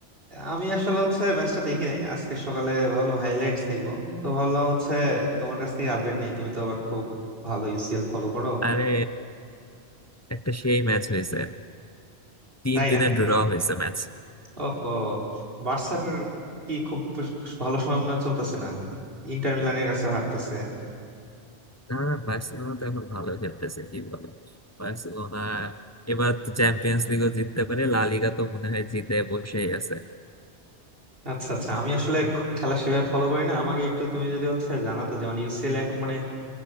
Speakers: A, on the right (about 55°); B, on the left (about 20°).
A: আমি আসলে হচ্ছে ম্যাচটা দেখি নাই আজকে সকালে ভাবলাম হাইলাইটস দেখবো তো ভাবলাম হচ্ছে তোমার কাছ থেকে আপডেট নেই তুমি তো আবার খুব ভালো ইউসিএল ফলো করো
B: আরে একটা সেই ম্যাচ হয়েছে তিন
A: তাই
B: তিনে
A: না
B: ড্র হয়েছে ম্যাচ
A: ওহো বার্সার কি খুব ভালো সময় মনে হয় চলতেছে না ইন্টার মিলানের কাছে হারতেছে
B: না না বার্সেলোনা তো এখন ভালো খেলতেছে কি বলো বার্সেলোনা এবার তো চ্যাম্পিয়ন্স লিগও জিততে পারে লা লিগা তো মনে হয় জিতে বসেই আছে
A: আচ্ছা আচ্ছা আমি আসলে খ- খেলা সেভাবে ফলো করি না আমাকে একটু তুমি যদি হচ্ছে জানাতো যে মানে ইউসিএল এখন মানে